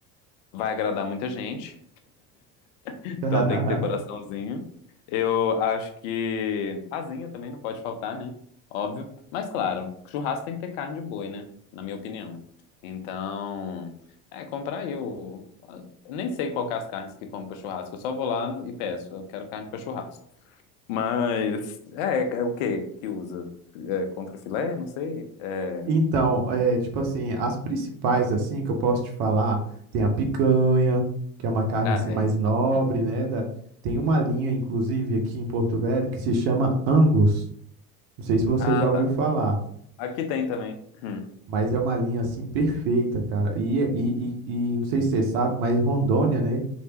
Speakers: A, on the left; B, on the right.
A: vai agradar muita gente. Então
B: <laughs>
A: tem que ter coraçãozinho. Eu acho que asinha também não pode faltar, né? Óbvio. Mas claro, churrasco tem que ter carne de boi, né? Na minha opinião. Então, é, comprar aí o. Nem sei qual que é as carnes que compro pra churrasco. Eu só vou lá e peço. Eu quero carne pra churrasco. Mas é, é o que que usa? É, contra filé? Não sei. É,
B: Então, é, tipo assim, as principais, assim, que eu posso te falar, tem a picanha, que é uma carne,
A: ah,
B: assim,
A: é.
B: mais nobre,
A: Hum.
B: né? Da... Tem uma linha, inclusive, aqui em Porto Velho, que se chama Angus. Não sei se você
A: Ah,
B: já
A: tá.
B: ouviu falar,
A: Aqui tem também. Hum.
B: mas é uma linha, assim, perfeita, cara. E, e, e, e não sei se você sabe, mas Rondônia, né?